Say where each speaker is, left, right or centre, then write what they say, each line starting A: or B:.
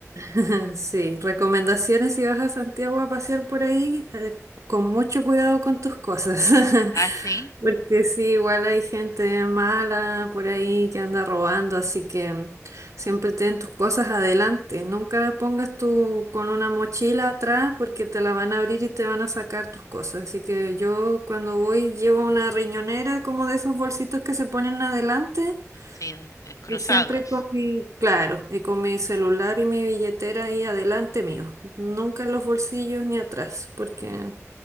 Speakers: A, on the right; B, on the left.
A: <laughs> Sí, recomendaciones si vas a Santiago a pasear por ahí, eh, con mucho cuidado con tus cosas, <laughs>
B: Ah, sí,
A: porque sí, igual hay gente mala por ahí que anda robando, así que mm, siempre ten tus cosas adelante, nunca las pongas tú con una mochila atrás porque te la van a abrir y te van a sacar tus cosas, así que yo cuando voy llevo una riñonera como de esos bolsitos que se ponen adelante.
B: sí, de- de cruzados.
A: Y siempre con mi, claro, y con mi celular y mi billetera ahí adelante mío. Nunca en los bolsillos ni atrás, porque